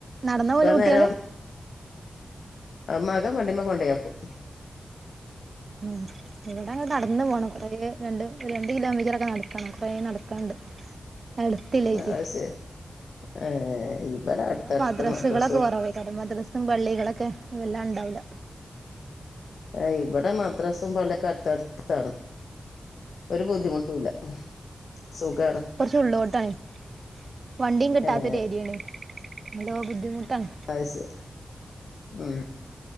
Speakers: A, on the right; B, on the left.
A: നടന്നാ പോവല്
B: വനേരം
A: കുട്ടികള്
B: മകം വണ്ടിമ്മെ കൊണ്ടോയാക്കും
A: ഉ ഇവിടെ അങ്ങ് കടന്നു പോണം കുറേ രണ്ട് ഒരു രണ്ട് കിലോമീറ്ററൊക്കെ നടക്കണം കുറേ നടക്കാണ്ട്. അടുത്തില്ലൈറ്റെ
B: അത് ശരി ഏഹ്
A: ന്ന്
B: ഇവിടെ അടുത്തടുത്ത്
A: ബദ്രസ്കള
B: മദ്രസും
A: ഒക്കെ കൊറവെകാരം വദ്രസ് തും ബള്ളികളൊക്കെവല്ലാം ഇണ്ടാവൂല
B: ആ ഇവിടെ മദ്രസും പള്ളി ഒക്കെ അട്ത്തട്ത്താണ്. ഒരു ബുദ്ധിമുട്ടും ഇല്ല സുഖാണ്
A: കുറച്ച് ഉള്ളോട്ടാണ് വണ്ടിയും കിട്ടാത്ത
B: ഏഹ്
A: ഒരു ഏരിയാണ് നല്ലോ ബുദ്ധിമുട്ടാണ്.
B: ആഹ്സെരി ഉം